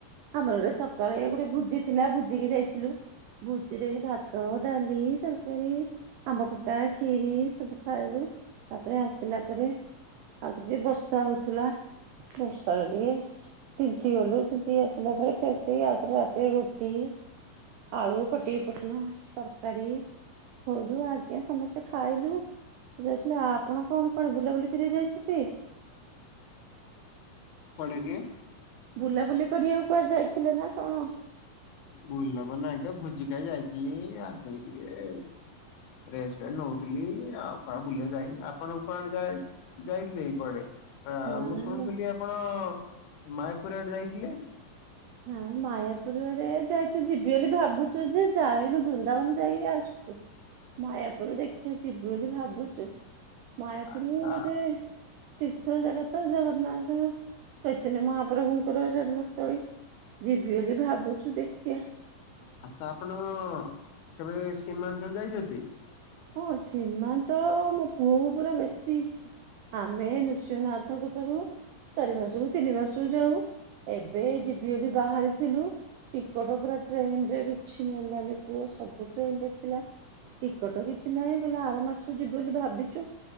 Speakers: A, on the right; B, on the left.
A: ଆମରେ ସକାଳେ ଗୋଟେ ଭୁଜି ଥିଲା ଭୁଜିିକି ଯାଇଥିଲୁ। ଭୁଜିରେ ଭାତ ଡାଲି ତରକାରୀ ଆମ୍ବ ଖଟା ଖିରି ସବୁ ଖାଇଲୁ ତାପରେ ଆସିଲା ପରେ ଆଉଥର ଟିକେ ବର୍ଷା ହଉଥିଲା ବର୍ଷା ଟିକେ ଚିନ୍ତିଗଲୁ ଚିନ୍ତି ଆସିଲା ପରେ ଫେଶ ଆଉତରେ ରାତିରେ ରୁଟି ଆଳୁ କଟି ପୋଟଳ ତରକାରୀ <unintelligible> ଲୁ ଆଜ୍ଞା ସମସ୍ତେ ଖାଇଲୁ। ଯାଇ ଆପଣ କଣ କଣ ବୁଲାବୁଲି କରିବା ଯାଇଛନ୍ତି?
B: କୁଆଡେ କି?
A: ବୁଲାବୁଲି କରିବାକୁ କୁଆଡେ ଯାଇଥିଲେ ନା କଣ?
B: ବୁଲବ ନା ଆଜ୍ଞା ଭୋଜିିକା ଯାଇଥିଲି ଆଉ ସେଇ ଟିକେ ରେସୱ ନଉଥିଲି ଆଉ କାହା ବୁଲିବା ଯାଇନି। ଆପଣ କଣ ଯାଏ ଯାଇଥିଲେ ଏଇ କୁଆଡେ
A: ନାଇଁ।
B: ମୁଁ ଶୁଣୁଥିଲି ଆପଣ ମାୟାପୁରା ଆଡେ ଯାଇଥିଲେ।
A: ନାଇ ମାୟାପୁର ଆଡେ ଯାଇଥିଲି ଯିବି ବୋଲି ଭାବୁଛୁ ଯେ, ଯାଇନୁ ବୃନ୍ଦାବନ ଯାଇକି ଆସୁ ମାୟାପରୁ ଦେଖିବା ଯିବି ବୋଲି ଭାବୁଛୁ। ମୟାପୁର
B: ଆଚ୍ଛା
A: ମଧେ ତୀର୍ଥ ଜାଗତ ଜଗନ୍ନାଥ ଚୈତନ୍ୟ ମହାପ୍ରଭୁଙ୍କର ଜନ୍ମସ୍ଥଳୀ। ଯିବି ବୋଲି ଭାବୁଛୁ ଦେଖିିବା।
B: ଆଚ୍ଛା ଆପଣ କେବେ ସୀମାଞ୍ଚଳ ଯାଇଛନ୍ତି?
A: ହଁ ସୀମାଞ୍ଚଳ ମୋ ପୁଅକୁ ପୁରା ବେଶୀ। ଆମେ ନୃସିଂହନାଥଙ୍କପୁ ଚାରି ମାସକୁ ତିନି ମାସକୁ ଯାଉ ଏବେ ଯିବି ବୋଲି ବାହାରିଥିଲୁ। ଟିକଟ ପୁର ଟ୍ରେନରେ କିଛି ମିଳିଲାନି ପୁଅ ସବୁ ଟ୍ରେନ ଦେଖିଲା। ଟିକଟ କିଛି ନାହିଁ କହିଲେ ଆର ମାସ ଯିବି ବୋଲି ଭାବିଛୁ।